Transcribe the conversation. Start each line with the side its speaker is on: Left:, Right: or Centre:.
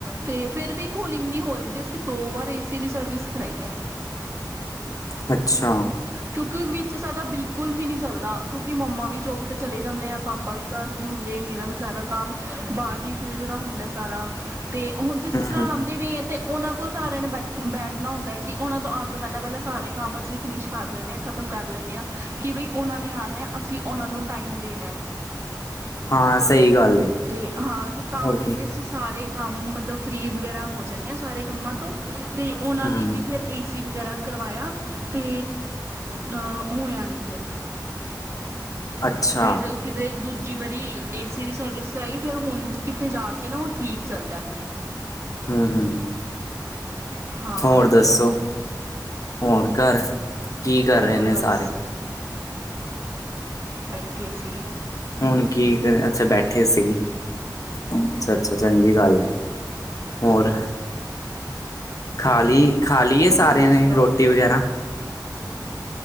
Right: ਤੇ ਫਿਰ ਵੀ ਕੂਲਿੰਗ ਨੀ ਹੋ ਰਹੀ ਸੀ, ਅਸੀਂ ਦੋ ਵਾਰ ਏਸੀ ਦੀ ਸਰਵਿਸ ਕਰਾਈ ਐਂ।
Left: ਅੱਛਾ!
Right: ਕਿਉਂਕਿ ਵਿੱਚ ਸਾਡਾ ਬਿਲਕੁਲ ਵੀ ਨਹੀਂ ਚੱਲਦਾ, ਕਿਉਂਕਿ ਮੰਮਾ ਵੀ ਜੋਬ ਤੇ ਚਲੇ ਜਾਂਦੇ ਆ ਪਾਪਾ ਪਾਪਾ ਵੀ ਘਰ ਨੀ ਹੁੰਦੇ। ਮੇਰਾ ਵੀ ਸਾਰਾ ਕੰਮ ਬਾਹਰਲੀ ਫੀਲਡ ਦਾ ਹੁੰਦਾ ਸਾਰਾ, ਤੇ ਹੁਣ ਸਿਸਟਰ,
Left: ਹੂੰ
Right: ਵੈ, ਉਹਨਾਂ ਕੋਲ ਸਾਰਿਆਂ ਨੇ ਬੈਠ ਬੈਠਣਾ ਹੁੰਦਾ ਕਿ ਉਹਨਾਂ ਤੋਂ ਆਣ ਤੋਂ ਪਹਿਲਾਂ -ਪਹਿਲਾਂ ਸਾਰੇ ਕੰਮ ਅਸੀਂ ਫਿਨਿਸ਼ ਕਰ ਲੈਂਣੇ ਹਾਂ ਖਤਮ ਕਰ ਲੈਂਣੇ ਹਾਂ, ਕਿ ਬਈ ਉਹਨਾਂ ਨੇ ਆਣਾ ਹੈ, ਅਸੀਂ ਉਹਨਾਂ ਨੂੰ ਟਾਈਮ ਦੇਣੇ
Left: ਹਾਂ, ਸਹੀ ਗੱਲ ਏ,
Right: ਅਤੇ ਹਾਂ ਅਤੇ ਤਾਂ
Left: ਹੋਰ
Right: ਕਰਕੇ
Left: ਕੀ
Right: ਅਸੀਂ ਸਾਰੇ ਕੰਮ ਮਤਲਬ ਫਰੀ ਵਗੈਰਾ ਹੋ ਜਾਂਨੇ ਆ ਸਾਰੇ ਕੰਮਾਂ ਤੋਂ ਤੇ ਉਹਨਾਂ
Left: ਹੂੰ,
Right: ਲਈ ਵੀ ਫਿਰ ਈ ਸੀ ਵਗੈਰਾ ਕਰਵਾਇਆ ਤੇ ਅਹ ਹੋਇਆ ਨੀ ਫਿਰ,
Left: ਅੱਛਾ
Right: ਫਿਰ ਕਿਤੇ ਦੂਜੀ ਵਾਰੀ ਏ ਸੀ ਦੀ ਸਰਵਿਸ ਕਰਾਈ ਫਿਰ ਹੁਣ, ਕਿਤੇ ਜਾ ਕੇ ਨਾ ਉਹ ਠੀਕ ਚੱਲਦਾ।
Left: ਹਮ, ਹਮ।
Right: ਹਾਂ
Left: ਹੋਰ ਦੱਸੋ? ਹੋਰ ਘਰ ਕੀ ਕਰ
Right: ਹੋਰ
Left: ਰਹੇ ਨੇ
Right: ਬਸ
Left: ਸਾਰੇ?
Right: ਬੈਠੇ ਸੀ।
Left: ਹੁਣ ਕੀ ਕ ਅੱਛਾ, ਬੈਠੇ ਸੀ। ਅੱਛਾ, ਅੱਛਾ ਚੰਗੀ ਗੱਲ ਏ, ਹੋਰ! ਖਾ ਲਈ, ਖਾ ਲਈ ਏ ਸਾਰਿਆਂ
Right: ਹੋਰ
Left: ਨੇ
Right: ਸੁਣਾਓ
Left: ਰੋਟੀ ਵਗੈਰਾ?